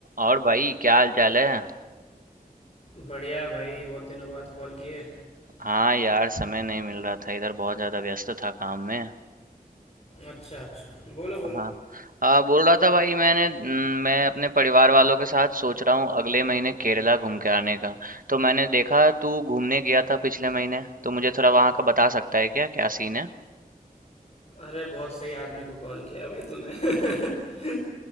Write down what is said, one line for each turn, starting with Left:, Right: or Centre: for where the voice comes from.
Right: और भाई क्या हाल चाल है
Left: बढ़िया भाई बहुत दिनों बाद कॉल किए
Right: हाँ यार समय नहीं मिल रहा था इधर बहुत ज़्यादा व्यस्त था काम में
Left: अच्छा अच्छा बोलो बोलो
Right: हाँ हाँ बोल रहा था भाई मैंने हम्म, मैं अपने परिवार वालों के साथ सोच रहा हूँ अगले महीने केरला घूम के आने का तो मैंने देखा तू घूमने गया था पिछले महीने तो मुझे थोड़ा वहाँ का बता सकता है क्या क्या सीन है
Left: अरे बहुत सही आदमी को कॉल किया भाई तूने <laughs>